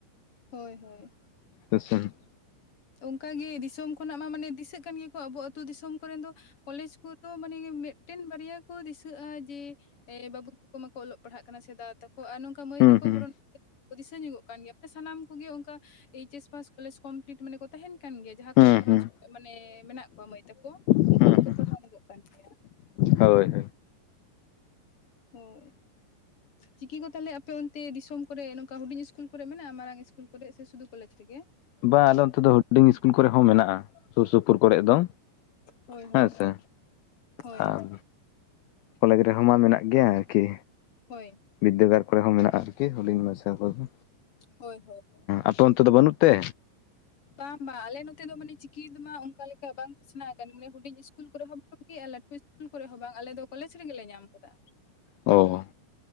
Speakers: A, on the left (about 35°); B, on the left (about 75°).
A: ᱦᱳᱭ ᱦᱳᱭ,
B: <unintelligible>
A: ᱚᱱᱠᱟᱜᱮ ᱫᱤᱥᱚᱢ ᱠᱷᱚᱱᱟᱜ ᱢᱟ ᱢᱟᱱᱮ ᱫᱤᱥᱟᱹᱜ ᱠᱟᱱ ᱜᱮᱭᱟ ᱠᱚ ᱟᱵᱚ ᱟᱹᱛᱩ ᱫᱤᱥᱚᱢ ᱠᱚᱨᱮᱱ ᱫᱚ᱾ ᱠᱚᱞᱮᱡᱽ ᱠᱚᱫᱚ ᱢᱟᱱᱮ ᱢᱤᱫᱴᱮᱱ ᱵᱟᱨᱭᱟ ᱠᱚ ᱫᱤᱥᱟᱹᱜ-ᱟ ᱡᱮ᱾ ᱮ ᱵᱟᱹᱵᱩ ᱛᱟᱠᱚ ᱢᱟᱠᱚ ᱚᱞᱚᱜ ᱯᱟᱲᱦᱟᱜ ᱠᱟᱱᱟ ᱥᱮ ᱫᱟᱫᱟ ᱛᱟᱠᱚ ᱟᱨ ᱱᱚᱝ ᱢᱟᱹᱭ
B: ᱦᱩᱸ
A: ᱛᱟᱠᱚ
B: ᱦᱩᱸ
A: ᱵᱚᱨᱚᱱ ᱫᱤᱥᱟᱹ ᱧᱚᱜᱚᱜ ᱠᱟᱱ ᱜᱮᱭᱟ ᱟᱯᱮ ᱥᱟᱱᱟᱢ ᱠᱚᱜᱮ ᱚᱱᱠᱟ ᱮᱭᱤᱪᱮᱥ ᱯᱟᱥ ᱠᱚᱞᱮᱡᱽ ᱠᱚᱢᱯᱞᱤᱴ ᱢᱟᱱᱮ ᱠᱚ ᱛᱟᱦᱮᱸᱱ ᱠᱟᱱ ᱜᱮᱭᱟ᱾ ᱡᱟᱦᱟᱸ
B: ᱦᱩᱸ
A: ᱠᱚᱨᱮ ᱜᱷᱟᱨᱚᱸᱡᱽ,
B: ᱦᱩᱸ
A: ᱢᱟᱱᱮᱻ ᱢᱮᱱᱟᱜ ᱠᱚᱣᱟ ᱢᱟᱹᱭ ᱛᱟᱠᱚ
B: ᱦᱩᱸ
A: ᱩᱱᱠᱩ ᱫᱚᱠᱚ
B: ᱦᱩᱸ
A: ᱯᱟᱲᱦᱟᱣ ᱧᱚᱜᱚ ᱠᱟᱱ ᱜᱮᱭᱟ᱾
B: ᱦᱳᱭ᱾
A: ᱦᱳᱭ᱾ ᱪᱤᱠᱤ ᱠᱚ ᱛᱟᱦᱚᱸᱞᱮ ᱟᱯᱮ ᱚᱱᱛᱮ ᱫᱤᱥᱚᱢ ᱠᱚᱨᱮ ᱱᱚᱝᱠᱟ ᱦᱩᱰᱤᱧ ᱥᱠᱩᱞ ᱠᱚᱨᱮ ᱢᱮᱱᱟᱜ-ᱟ, ᱢᱟᱨᱟᱝ ᱥᱠᱩᱞ ᱠᱚᱨᱮ ᱥᱮ ᱥᱩᱫᱩ ᱠᱚᱞᱮᱡᱽ ᱨᱮᱜᱮ᱾
B: ᱵᱟ ᱟᱞᱮ ᱚᱱᱛᱮ ᱫᱚ ᱦᱩᱰᱤᱧ ᱥᱠᱩᱞ ᱠᱚᱨᱮ ᱦᱚᱸ ᱢᱮᱱᱟᱜ-ᱟ ᱥᱩᱨ ᱥᱳᱯᱳᱨ ᱠᱚᱨᱮᱫ ᱫᱚ᱾
A: ᱦᱳᱭ ᱦᱳᱭ᱾
B: ᱦᱮᱸ ᱥᱮ
A: ᱦᱳᱭ
B: ᱟᱨ ᱠᱚᱞᱮᱡᱽ ᱨᱮᱦᱚᱸ ᱢᱟ ᱢᱮᱱᱟᱜ ᱜᱮᱭᱟ ᱟᱨᱠᱤ᱾
A: ᱦᱳᱭ,
B: ᱵᱤᱫᱽᱫᱟᱹᱜᱟᱲ ᱠᱚᱨᱮ ᱦᱚᱸ ᱢᱮᱱᱟᱜ-ᱟ ᱟᱹᱨᱠᱤ ᱦᱩᱰᱤᱧ ᱢᱟᱪᱷᱟ ᱠᱚ ᱫᱚ,
A: ᱦᱳᱭ ᱦᱳᱭ
B: ᱟᱯᱮ ᱚᱱᱛᱮ ᱫᱚ ᱵᱟᱹᱱᱩᱜ ᱛᱮ,
A: ᱵᱟᱝ ᱵᱟᱝ ᱟᱞᱮ ᱱᱚᱛᱮ ᱫᱚ ᱢᱟᱱᱮ ᱪᱤᱠᱤ ᱫᱚ ᱢᱟ ᱚᱱᱠᱟ ᱞᱮᱠᱟ ᱵᱟᱝ ᱯᱟᱥᱱᱟᱜ ᱟᱠᱟᱱ ᱢᱟᱱᱮ ᱦᱩᱰᱤᱧ ᱥᱠᱩᱞ ᱠᱚᱨᱮ ᱦᱚᱸ ᱵᱟᱹᱱᱩᱜ ᱜᱮ᱾ ᱥᱠᱩᱞ ᱠᱚᱨᱮ ᱦᱚᱸ ᱵᱟᱝ, ᱟᱞᱮ ᱫᱚ ᱠᱚᱞᱮᱡᱽ ᱨᱮᱜᱮᱞᱮ ᱧᱟᱢ ᱟᱠᱟᱫᱟ᱾
B: ᱚ᱾